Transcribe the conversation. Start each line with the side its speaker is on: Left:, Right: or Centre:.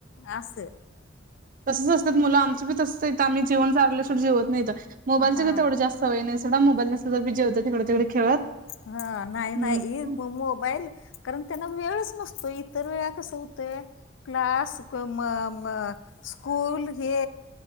Left: असं
Right: तसच असतात मुलं आमचे पण तसं आमी जेवण चारल्याशिवा जेवत नाहीत मोबाईलच
Left: हा
Right: का तेवढं जास्त सवय नाही सोडा मोबाईल नसलं तरी बी जेवत्यात ईकड तिकड खेळत.
Left: हा नाही नाही
Right: हम्म
Left: ही मोबाईल कारण त्यांना वेळच नसतोय इतर वेळा कसं होतंय क्लास क म म स्कूल हे